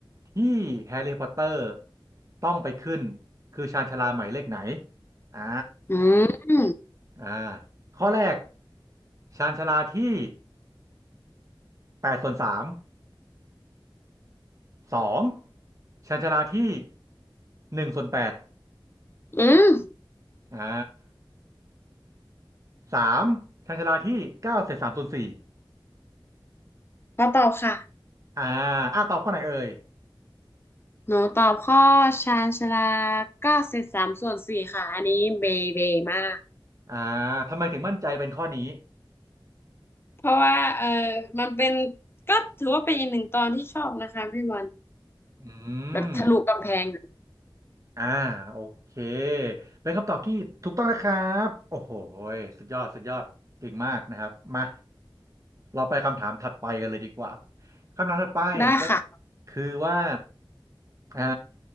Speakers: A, on the right; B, on the left.
A: ที่แฮร์รี่พอตเตอร์ต้องไปขึ้นคือชานชาลาหมายเลขไหนอ่า
B: อืม
A: อ่าข้อแรกชานชาลาที่แปดส่วนสามสองชานชาลาที่หนึ่งส่วนแปด
B: อืม
A: อ่าสามชานชาลาที่เก้าเศษสามส่วนสี่
B: ขอตอบค่ะ
A: อ่าอ่าตอบข้อไหนเอ่ย
B: หนูตอบข้อชาญชาลาเก้าสิบสามส่วนสี่ค่ะ อันนี้เบเบมาก
A: อ่าทำไมถึงมั่นใจเป็นข้อนี้
B: เพราะว่าเออมันเป็นก็ถือว่าเป็นอีกหนึ่งตอนที่ชอบนะคะพี่บอล
A: อื
B: แบบทะลุกำแพง
A: มอ่าโอเคเป็นคำตอบที่ถูกต้องนะครับโอ้โหยสุดยอดสุดยอดเก่งมากนะครับมาเราไปคำถามถัดไปกันเลยดีกว่า คำถามถัดไปก็
B: ได้ค่ะ
A: คือว่าอ่า